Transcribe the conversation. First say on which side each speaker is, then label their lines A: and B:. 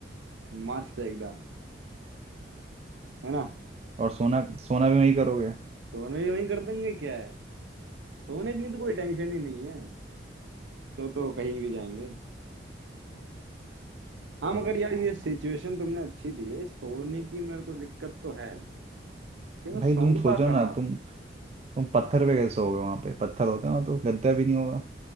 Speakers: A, on the right (about 80°); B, on the right (about 35°).
A: मस्त एकदम है ना
B: और सोना सोना भी वही करोगे
A: सोना भी वहीं कर देंगे क्या है सोने के लिए तो कोई टेंशन ही नहीं है तो तो कहीं भी जाएंगे हाँ
B: ये
A: मगर
B: बढ़िया
A: यार ये सिचुएशन
B: है
A: तुमने अच्छी दी है सोने की मेरे को दिक्कत तो है कि मैं
B: भाई
A: सोऊंगा
B: तुम सोचो ना
A: कहाँ
B: तुम तुम पत्थर पे कैसे सोओगे वहां पे पत्थर होते हैं ना तो गद्दा भी नहीं होगा